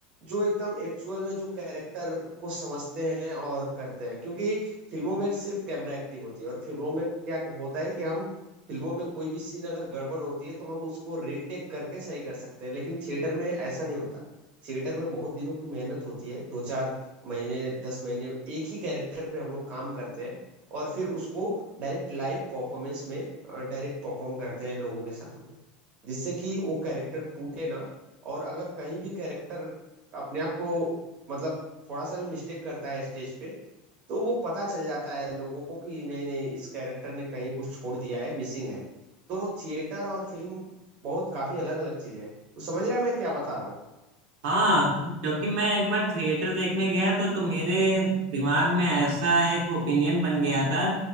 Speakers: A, on the right; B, on the right.
A: जो एकदम एक्चुअल में जो कैरेक्टर को समझते हैं और करते हैं क्योंकि फिल्मों में सिर्फ कैमरा एक्टिंग होती है और फिल्मों में क्या होता है कि हम फिल्मों में कोई भी सीन अगर गड़बड़ होती है तो हम उसको रीटेक करके सही कर सकते हैं लेकिन थिएटर में ऐसा नहीं होता थिएटर में बहुत दिनों की मेहनत होती है दो चार महीने दस महीने एक ही कैरेक्टर पे हम लोग काम करते हैं और फिर उसको डायरेक्ट लाइव परफॉर्मेंस में डायरेक्ट परफॉर्म करते हैं लोगों के सामने जिससे कि वो कैरेक्टर टूटे ना और अगर कहीं भी कैरेक्टर अपने आप को मतलब थोड़ा सा भी मिस्टेक करता है स्टेज पे तो वो पता चल जाता है लोगों को कि नहीं नहीं इस कैरेक्टर ने कहीं कुछ छोड़ दिया है मिसिंग है तो थिएटर और फिल्म बहुत काफी अलग अलग चीज है तो समझ रहा है मैं क्या बता रहा हूँ
B: हाँ क्योंकि मैं एक बार थिएटर देखने गया तो तो मेरे दिमाग में ऐसा एक ओपिनियन बन गया था